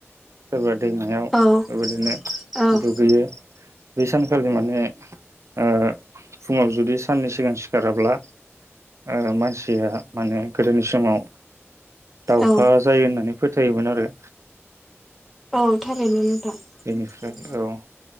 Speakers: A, on the right (about 80°); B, in the centre.
A: सोरबा दैमायाव
B: औ
A: बेबायदिनो
B: औ
A: दुगैयो ‌। बे सानखालि माने ओ फुङाव जुदि साननि सिगां सिखाराब्ला, ओ मानसिया माने गोदोनि समाव दाव'खा
B: औ
A: जायो होनानै फोथायोमोन आरो।
B: औ थारैनो नोंथां ।
A: बेनिफ्राय औ